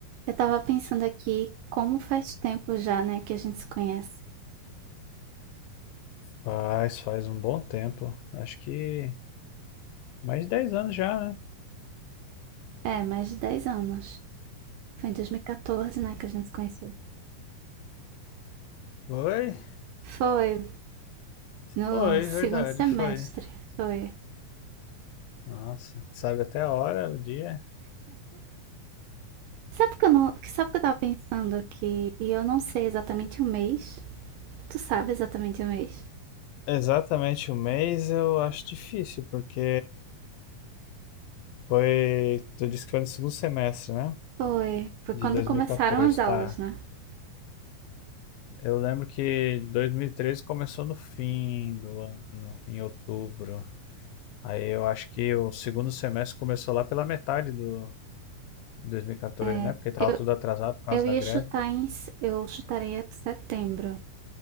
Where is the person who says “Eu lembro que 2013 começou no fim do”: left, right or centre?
Left